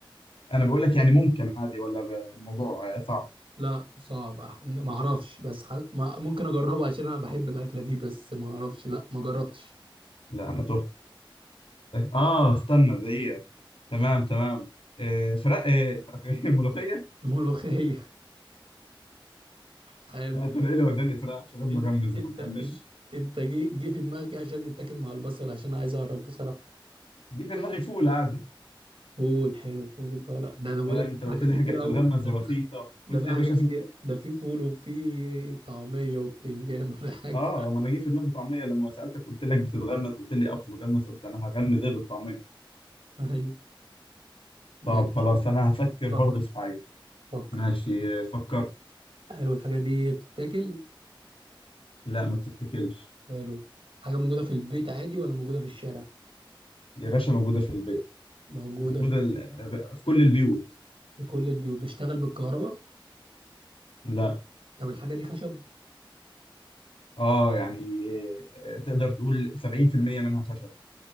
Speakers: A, on the left (about 85°); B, on the right (about 80°).
A: انا بقول لك يعني ممكن عادي ولا ب- الموضوع صعب
B: لا صعب أح- ما اعرفش بس ح... ما... ممكن اجربها عشان انا بحب الاكله دي بس ما اعرفش لا ما جربتش
A: لا انا تهت اه استنى دقيقة تمام تمام آه فراخ آه فراخ إيه؟ <laughs> ملوخية
B: ملوخيه <laughs> حلو
A: مش عارف انا ايه اللي وداني فراخ شغال
B: انت
A: بغمز وما
B: انت
A: بغمزش
B: انت, انت جه جه في دماغك إيه عشان نتاكل مع البصل عشان عايز اعرف بصراحه
A: جه في دماغي فول عادي
B: فول حلو فول اه لا ده ده بقول
A: فاهم
B: لك في
A: انت قلت
B: حاجات
A: لي
B: كتير
A: حاجة بتتغمز
B: قوي ده
A: ورخيصة
B: في ده
A: قلت
B: في
A: يا
B: حاجات
A: باشا فول
B: كتير ده في فول وفي طعميه وبتنجان وفي حاجه
A: اه ما انا جه في دماغي طعمية لما سألتك قلت لك بتتغمز قلت لي اه بتتغمز قلت انا هغمز ايه بالطعمية
B: ايوه ماشي
A: طب خلاص انا هفكر
B: فكر
A: برضو في حاجة
B: فكر
A: ماشي آه، فكرت
B: حلو الحاجه دي بتتاكل
A: لا ما بتتاكلش
B: حلو حاجه موجوده في البيت عادي ولا موجوده في الشارع
A: يا باشا موجودة في البيت
B: موجودة
A: موجودة
B: في
A: ال- في كل البيوت
B: لكل البيوت بيشتغل بالكهرباء
A: لا
B: طب الحاجة دي خشب
A: اه يعني آه، تقدر تقول 70% منها خشب